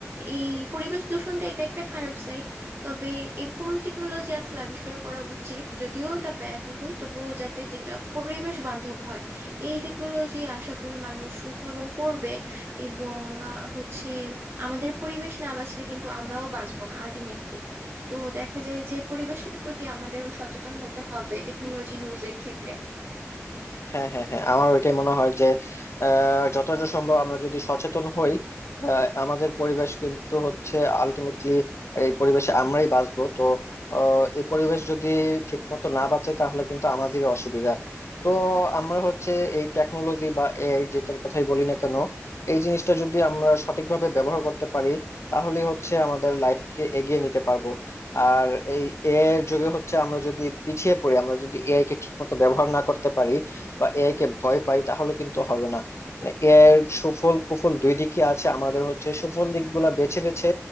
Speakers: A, on the right (about 50°); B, on the left (about 60°).
A: এই পরিবেশ দূষণটা এটা একটা খারাপ সাইড তবে এরকম টেকনোলজি আসলে আবিষ্কার করা উচিত যদিও এটা ব্যয়বহুল তবুও যাতে যেটা পরিবেশ বান্ধব হয় এই টেকনোলজি আশা করি মানুষ উদ্ভাবন করবে এবং আহ, হচ্ছে আমাদের পরিবেশ না বাঁচলে কিন্তু আমরাও বাঁচবো না আলটিমেটলি তো দেখা যায় যে পরিবেশের প্রতি আমাদেরও সচেতন হতে হবে টেকনোলজি ইউজের ক্ষেত্রে
B: হ্যাঁ হ্যাঁ হ্যাঁ আমার ওইটাই মনে হয় যে আহ, যতটা সম্ভব আমরা যদি সচেতন হই আহ, আমাদের পরিবেশ কিন্তু হচ্ছে আলটিমেটলি এই পরিবেশে আমরাই বাঁচবো তো আহ, এই পরিবেশ যদি ঠিক মতো না বাঁচে তাহলে কিন্তু আমাদেরই অসুবিধা তো আমরা হচ্ছে এই টেকনোলজি বা এআই যেটার কথাই বলি না কেন এই জিনিসটা যদি আমরা সঠিকভাবে ব্যবহার করতে পারি তাহলে হচ্ছে আমাদের লাইফকে এগিয়ে নিতে পারবো আর এই এআই এর যুগে হচ্ছে আমরা যদি পিছিয়ে পড়ি আমরা যদি এআই কে ঠিক মতো ব্যবহার না করতে পারি বা এআই কে ভয় পাই তাহলে কিন্তু হবে না মানে এআই এর সুফল কুফল দুই দিকই আছে আমাদের হচ্ছে সুফল দিকগুলা বেছে বেছে